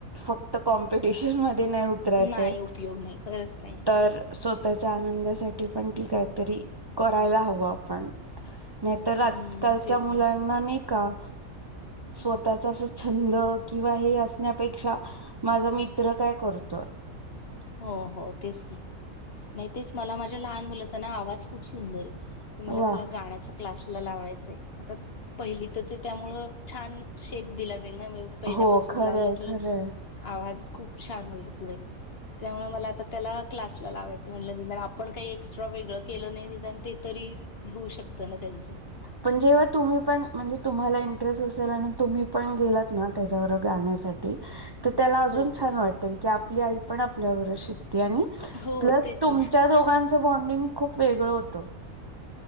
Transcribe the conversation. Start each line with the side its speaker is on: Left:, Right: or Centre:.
Right: फक्त कॉम्पिटिशन मध्ये नाही. कुत्र्याचे
Left: नाही उपयोग नाही खरंच नाही
Right: तर स्वतःच्या आनंदासाठी पण ठीकय तरी करायला हव आपण नाही तर आजकालच्या
Left: हम्म तेच
Right: मुलांना
Left: ना
Right: नाही का? स्वतःचा अस छंद किंवा हे असण्यापेक्षा माझा मित्र काय करतो.
Left: हो हो तेच की नाही तेच मला माझ्या लहान मुलाचा ना आवाज खूप सुंदर आहे. तुम्हाला
Right: वा
Left: त्याला गाण्याचा क्लास लावायचाय पहिलीतच आहे त्यामुळे छान शेप दिला. पहिल्यापासून
Right: हो खरंय
Left: लावलं की
Right: खरंय
Left: आवाज खूप छान होईल पुढे त्यामुळे मला आता त्याला क्लासला लावायचं म्हटलं निदान आपण काही एक्स्ट्रा वेगळं केलं नाही निदान ते तरी होऊ शकतं ना त्यांचं.
Right: पण जेव्हा तुम्ही पण म्हणजे तुम्हाला इंटरेस्ट असेल आणि तुम्ही पण गेलात ना त्याच्या बरोब गाण्यासाठी तर त्याला अजून
Left: हो हो
Right: छान वाटल
Left: हो
Right: की आपली आई पण आपल्या शि आणि
Left: हो
Right: प्लस
Left: तेच
Right: तुमच्या
Left: ना
Right: दोघांचं बॉ्डिंग खूप वेगळं होत.